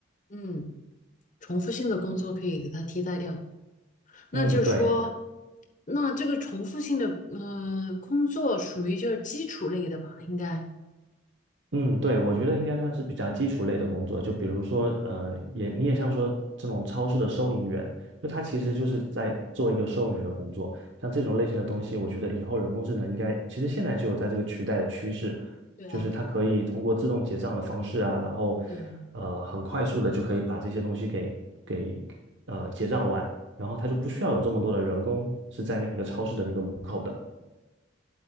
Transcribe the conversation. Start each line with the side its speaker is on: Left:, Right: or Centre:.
Left: 嗯，重复性的工作可以给它替代掉。那就是说，
Right: 嗯，对。
Left: 那这个重复性的嗯、呃工作属于就是基础类的吧，应该。
Right: 嗯，对，我觉得应该算是比较基础类的工作，就比如说，呃，也你也像说这种超市的收银员，就他其实就是在做一个收银的工作。像这种类型的东西，我觉得以后人工智能应该，其实现在就有在这个取代的趋势，
Left: 对啊，
Right: 就是它可以通过自动结账的方式啊，然后，
Left: 嗯。
Right: 呃，很快速的就可以把这些东西给给呃结账完，然后它就不需要有这么多的人工是在那个超市的那个门口的。